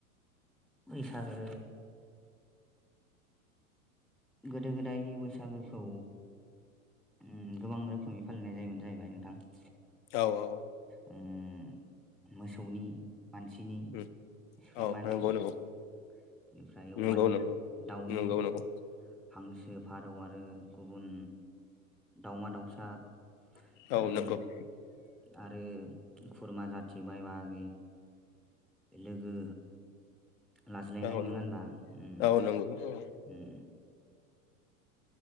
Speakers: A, in the centre; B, on the left (about 40°).
A: बैसागो गोदो गोदाय बैसागोखौ ओम गोबां रोखोमनि फालिनाय जायोमोन जाहैबाय नोंथां
B: औ औ।
A: उम, मोसौनि मानसिनि
B: उम
A: सैमानि
B: औ नंगौ
A: बेनिफ्राय
B: नंगौ नंगौ
A: अमानि
B: नंगौ
A: दाउनि
B: नंगौ नंगौ
A: हांसो फारौ आरो गुबुन दावमा दाउसा
B: औ
A: फोरनि
B: औ नंगौ
A: आरो खुरमा जाथि बाय बागि लोगो लाजिनाय नोङा
B: औ नंगौ
A: होनोमबा अम
B: औ नंगौ औ
A: उम।